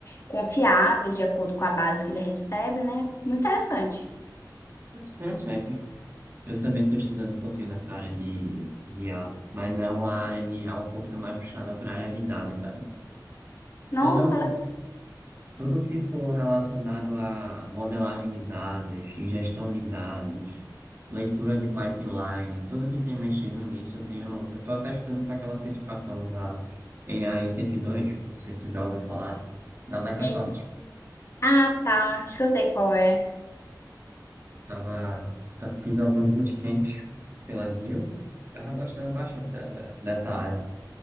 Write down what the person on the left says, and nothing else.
confiáveis, de acordo com a base que ele recebe, né? Muito interessante.
Nossa,
legal.
Ele... Ah, tá. Acho que eu sei qual é.